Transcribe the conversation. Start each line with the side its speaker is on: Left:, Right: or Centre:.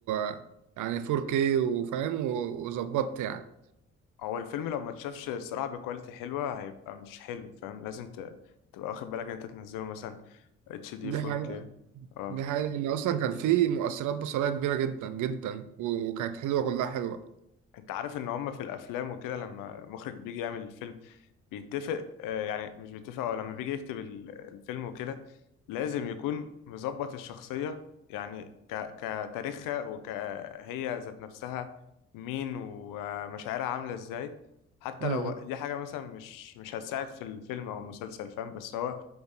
Right: آه، يعني 4K وفاهم و- وظبطت يعني
Left: هو الفيلم لو ما اتشافش الصراحة بكواليتي حلوة هيبقى مش حلو فاهم لازم ت... تبقى واخد بالك ان انت تنزله مثلا اتش دي
Right: دي
Left: 4K
Right: حقيقة
Left: اه
Right: دي حقيقة لأن أصلا كان في مؤثرات بصرية كبيرة جدا جدا و- وكانت حلوة كلها حلوة
Left: انت عارف ان هما في الافلام وكده لما مخرج بيجي يعمل الفيلم بيتفق آه، يعني مش بيتفق هو لما بيجي يكتب ال- الفيلم وكده لازم يكون مظبط الشخصية يعني ك كتاريخها وكهي ذات نفسها مين ومشاعرها عاملة ازاي حتى
Right: امم
Left: لو دي حاجة مثلا مش مش هتساعد في الفيلم أو المسلسل فاهم بس هو